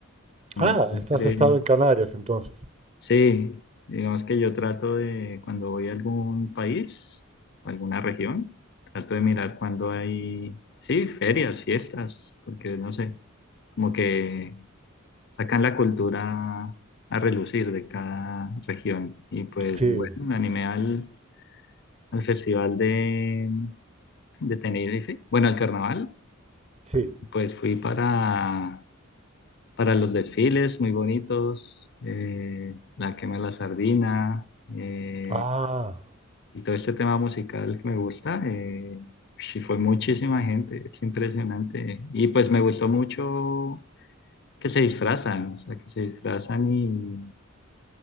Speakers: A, on the left; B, on the right.
A: A mí
B: Ah,
A: siempre,
B: estás estado en Canarias entonces.
A: Sí, digamos que yo trato de, cuando voy a algún país, o alguna región, trato de mirar cuando hay, sí, ferias, fiestas, porque no sé, como que sacan la cultura a relucir de cada región. Y pues
B: Sí,
A: bueno, me animé al, al festival de, de Tenerife, bueno, al carnaval,
B: sí.
A: pues fui para, para los desfiles muy bonitos, eh, la quema de la sardina. eh,
B: Ah,
A: Y todo este tema musical que me gusta, eh, sí fue muchísima gente, es impresionante. Y pues me gustó mucho que se disfrazan, o sea, que se disfrazan y